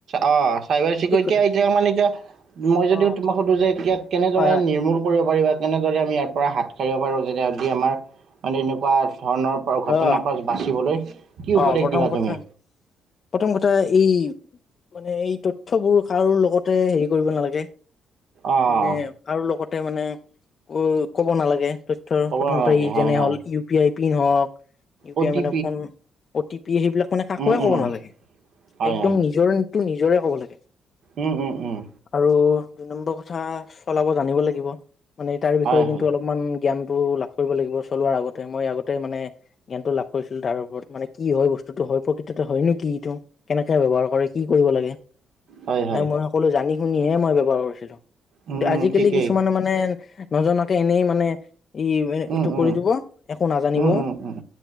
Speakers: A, on the right (about 65°); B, on the left (about 45°).
A: অ চাইবাৰ চিকৰিটি
B: ঠিক কথা
A: এতিয়া মানে এতিয়া মই
B: অ
A: যদি তোমাক যে এতিয়াক কেনেদৰে
B: হয় হয়
A: নিৰ্মূল কৰিব কৰিবা তেনেদৰে আমি ইয়াৰ পৰা হাত সাৰিব পাৰো যেতি যদি আমাৰ মানে এনেকুৱা ধৰণৰ পৰা ঘটনাৰ
B: অ
A: পৰা বাচিবলৈ কি উপদেশ
B: অ প্ৰথম
A: দিবা
B: কথা
A: তুমি
B: প্ৰথম কথ টা এই মানে এই তথ্যবোৰ কাৰো লগতে হেৰি কৰিব নালাগ গে।
A: অঁ
B: মানে কাৰো লগত তে মানে উ ক'ব নালাগে ত থ্য
A: ক'ব
B: প্ৰথমতে
A: নালাগে
B: ই
A: হয়
B: যেনে
A: হয়
B: হ'ল ইউ পি আই পিন হওক ইও পি
A: অ'
B: আই
A: টি
B: মানে ফোন। অতি। সেইবিলাক মানে কাকোৱে
A: উম উম
B: ক'ব নালাগে
A: হয়
B: একদম
A: হয়
B: নিজৰ। টো নিজৰে ক'ব লাগে।
A: উম উম উম।
B: আৰু দুই নম্বৰ কথা চলাব জানিব লাগিব। মানে তাৰ বিষয়ে
A: হয়
B: কিন্তু
A: হয়
B: অলপমান জ্ঞান। টো লাভ কৰিব লাগিব চলোৱাৰ আগতে মই আগতেই মানে জ্ঞানটো লাভ কৰিছিলো তাৰ ওপৰত। মানে কি হয় বস্তুতটো হয় প্ৰকৃততে হয় নো কি এইটো কেনেকে ব্যবহাৰ কৰে কি কৰিব লাগে।
A: হয় হয়
B: নাই মই সকলো জানি। আপুনিহে মই ব্যৱহাৰ কৰিছিলোঁ।
A: উম
B: আজিকালি
A: ঠিকেই
B: কিছুমানে মানে। নজনাকে এনেই মানে। ই
A: উম
B: এইটো কৰি
A: উম
B: দিব একো নাজানিবও
A: উম, উম, উম,